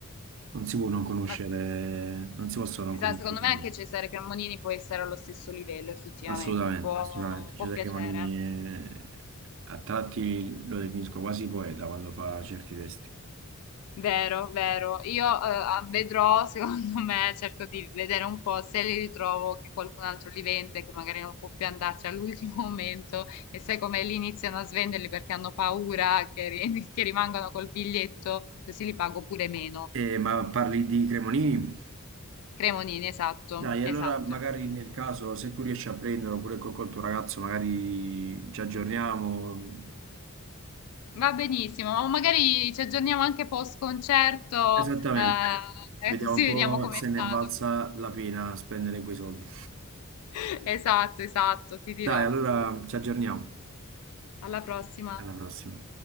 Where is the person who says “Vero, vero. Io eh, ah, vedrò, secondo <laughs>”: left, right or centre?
Left